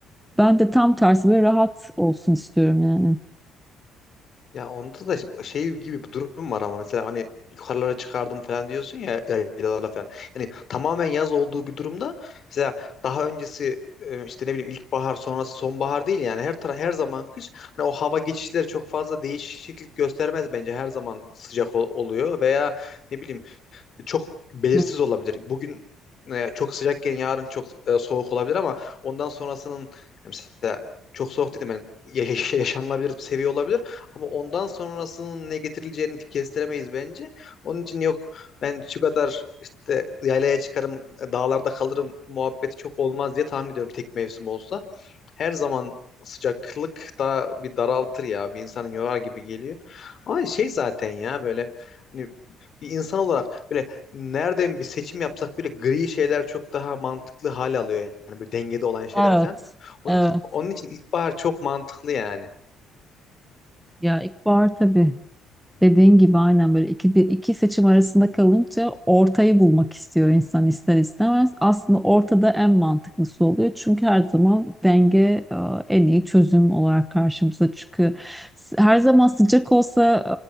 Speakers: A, in the centre; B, on the left.
A: Ben de tam tersi böyle rahat olsun istiyorum yani.
B: Ya onda da işte şey gibi bir durum var ama mesela hani yukarılara çıkardım falan diyorsun ya yaylalara falan. Hani tamamen yaz olduğu bir durumda mesela daha öncesi e, işte ne bileyim ilkbahar sonrası sonbahar değil yani her taraf her zaman kış. Hani o hava geçişleri çok fazla değişiklik göstermez bence her zaman sıcak ol- oluyor veya ne bileyim çok belirsiz
A: Hı.
B: olabilir. Bugün e, çok sıcakken yarın çok e, soğuk olabilir ama ondan sonrasının e, mesela çok soğuk dedim yani ya- yaşanılabilir bir seviye olabilir ama ondan sonrasının ne getirileceğini kestiremeyiz bence. Onun için yok ben şu kadar işte yaylaya çıkarım, e, dağlarda kalırım muhabbeti çok olmaz diye tahmin ediyorum tek mevsim olsa. Her zaman sıcaklık da bir daraltır ya. Bir insanı yorar gibi geliyor. Ama şey zaten ya böyle hani bir insan olarak böyle nereden bir seçim yapsak bile gri şeyler çok daha mantıklı hal alıyor yani bir dengede olan şeyler
A: Evet,
B: falan. Onun,
A: evet.
B: onun için ilkbahar çok mantıklı yani.
A: Ya ilkbahar tabii. Dediğin gibi aynen böyle iki, iki seçim arasında kalınca ortayı bulmak istiyor insan ister istemez. Aslında ortada en mantıklısı oluyor. Çünkü her zaman denge e, en iyi çözüm olarak karşımıza çıkıyor. Her zaman sıcak olsa